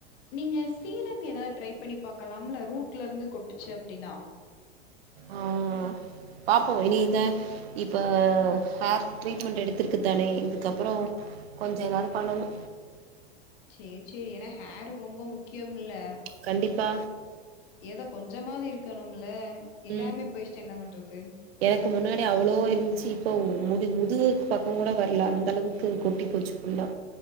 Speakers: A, on the left; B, on the right.
A: நீங்க சீரம் ஏதா ட்ரை பண்ணி பாக்கலாம்ல ரூட்ல இருந்து கொட்டுச்சு அப்டின்னா
B: ஆ பாப்போ இனிதா இப்ப ஹேர் ட்ரீட்மெண்ட் எடுத்திருக்கு தானே இதுக்கப்பறோ கொஞ்ச ஏதாது பண்ணணு
A: சேர் சே ஏன்னா ஹேரு ரொம்ப முக்கியம்ல
B: கண்டிப்பா
A: ஏதோ கொஞ்சொமாவது இருக்கணும்ல எல்லாமே
B: ம்
A: போயிச்சு என்ன பண்றது
B: எனக்கு முன்னாடி அவ்ளோ இருந்துச்சு இப்ப முது முதுகு பக்கம் கூட வர்ல அந்த அளவுக் கு கொட்டி போச்சு ஃபுல்லா